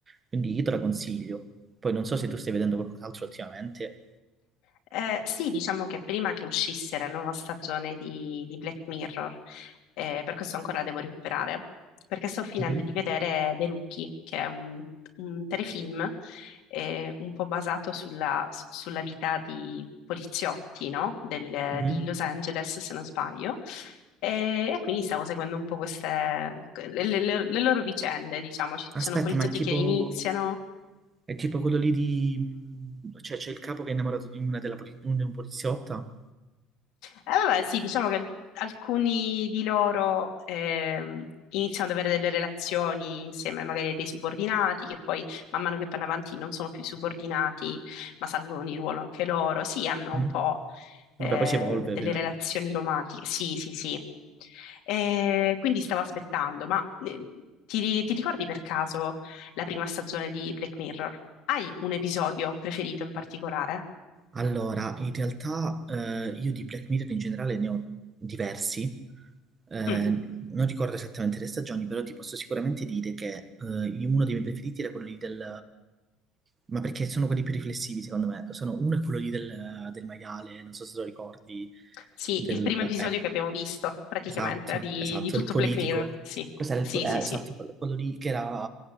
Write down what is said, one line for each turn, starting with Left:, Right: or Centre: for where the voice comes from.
Right: Quindi io te la consiglio. Poi non so se tu stai vedendo qualcos'altro ultimamente.
Left: Eh, sì, diciamo che prima che uscisse la nuova stagione di, di Black Mirror, eh, per questo ancora la devo recuperare, perché sto finendo
Right: Mhm,
Left: di vedere The Rookie, che è un, un telefilm eh, un po' basato sulla, su- sulla vita di poliziotti, no? Del-
Right: mhm.
Left: di Los Angeles, se non sbaglio. E, e quindi stavo seguendo un po' queste, le, le- le- le loro vicende, diciamo. Ci sono
Right: Aspetta,
Left: poliziotti
Right: ma è tipo...
Left: che iniziano.
Right: È tipo quello lì di... mhmm, Cioè, c'è il capo che è innamorato di una della poli- un- di un poliziotta.
Left: Eh, vabbè, sì, diciamo che al- alcuni di loro ehm, iniziano ad avere delle relazioni insieme magari a dei subordinati, che poi man mano che vanno avanti non sono più subordinati, ma salgono di ruolo anche loro. Sì, hanno
Right: Mhm.
Left: un po'
Right: Vabbè,
Left: eh,
Right: poi si evolve,
Left: delle
Right: ovviamente.
Left: relazioni romantiche. Sì, sì, sì. Eh, quindi stavo aspettando, ma eh, ti, ri- ti ricordi per caso la prima stagione di Black Mirror? Hai un episodio preferito in particolare?
Right: Allora, in realtà eh, io di Black Mirror in generale ne ho diversi. Eh,
Left: Mm.
Right: non ricordo esattamente le stagioni, però ti posso sicuramente dire che eh, uno dei miei preferiti era quello lì del... Ma perché sono quelli più riflessivi, secondo me. Sono, uno è quello lì del, del maiale, non so se lo ricordi,
Left: Sì,
Right: del...
Left: il primo episodio
Right: eh,
Left: che abbiamo visto, praticamente,
Right: Esatto,
Left: di,
Right: esatto,
Left: di tutto
Right: il politico.
Left: Black Mirror. Sì,
Right: Questo era
Left: sì,
Right: il, po- eh,
Left: sì,
Right: esatto,
Left: sì,
Right: quello quello lì che era